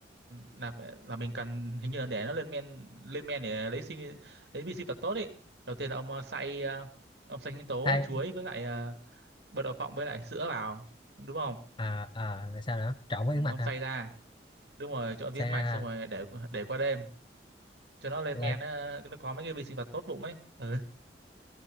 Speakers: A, on the right; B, on the left.
A: là phải- là mình cần hình như là để nó lên men lên men để lấy sinh lấy vi sinh vật tốt ấy đầu tiên là ông ờ, xay ờ, ông xay sinh tố
B: thay
A: chuối với lại ờ, bật đậu phộng với lại sữa vào đúng không
B: à à rồi sao nữa trộn với
A: ừ,
B: yến mạch
A: ông
B: hả
A: xay ra đúng rồi trộn
B: xem
A: viên mạch
B: ra
A: xong rồi để để qua đêm cho nó lên
B: là
A: men nó, nó có mấy cái vi sinh vật tốt bụng ấy ừ.